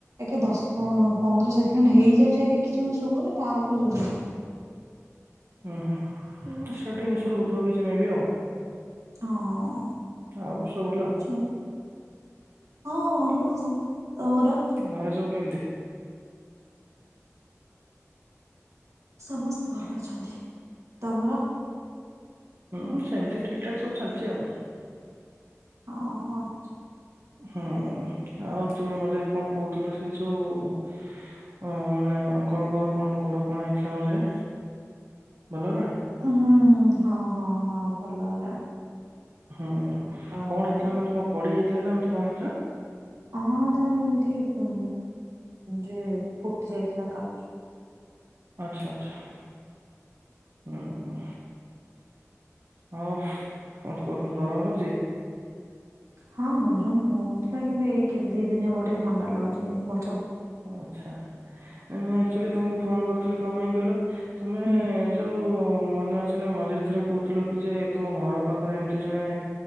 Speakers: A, on the right; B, on the right.
A: ଏକେ ଦଶ <unintelligible> ପନ୍ଦର ସେକେଣ୍ଡ ହେଇଯାଉଛି ଆଗେ କିଛି ଭି ଶୁଭୁନି ତାପରେ ଯଉ।
B: ଉହୁଁ ଷ୍ଟାର୍ଟିଂ ଈସୁ ରହୁଥିବ କିଛି ମେବି ଆଉ।
A: ହଁ
B: ଆଉ ସବୁ
A: ରହୁଛି
B: ଭଲ।
A: ହଁ ଭଲ। ତମର।
B: ଘରେ ସବୁ କେମିତି।
A: ସମସ୍ତେ ଭଲ ଅଛନ୍ତି। ଅଛନ୍ତି ତମର।
B: ହୁଁ ସେମିତି ଠିକ୍ ଠାକ୍ ସବୁ ଚାଲିଛି ଆଉ।
A: ଓହୋ ଛ,
B: ହୁଁ ଆଉ ତୁମେ ମଝିରେ କଣ କହୁଥିଲ ସେ ଯୋଉ ଅ ମାନେ ଅଙ୍କଲଙ୍କର କଣ ଗୋଡ କଣ ହେଇଥିଲା ମଝିରେ ଭଲହେଲାଣି।
A: ହୁଁ ହୁଁ ହଁ ହଁ ହଁ ଭଲ ହେଲାଣି।
B: ହୁଁ
A: ହଁ ତାଙ୍କ
B: କଣ
A: ଗୋଡ଼ରେ
B: ହେଇଥିଲା ମାନେ କଣ ପଡି ଯାଇ ଥିଲା ନା ଏମିତି କଣ ହେଇଥିଲା।
A: ହଁ ତାଙ୍କର ଏମିତି ଉଁ ଯେ ଫୁଟି ଯାଇଥିଲା କାଚ
B: ଆଚ୍ଛା ଆଚ୍ଛା ଓହୋ। ହଉ କଣ କୁହ ଗରମ ହଉଚି?
A: ହଁ ଗରମ ହଉଥିଲା କିନ୍ତୁ ଏଇ କେ ଦି ଦିନି ହବ ଟିକେ ଥଣ୍ଡା ଲାଗୁଛି ବ
B: ଓ ଆଚ୍ଛା ଏ ନୂଆ ଆକ୍ଚୁଲି ତୁମକୁ ଫୋନ କରିଥିଲି କଣ ପାଇଁ କହିଲ ତମେ
A: ହୁଁ
B: ଯୋଉ ଉଁ ମନେ ଅଛି ନା ମଝିରେ ଥରେ କହୁଥିଲ କି ଯେ ତମ ଘର ପାଖରେ ଏମିତି ଜଣେ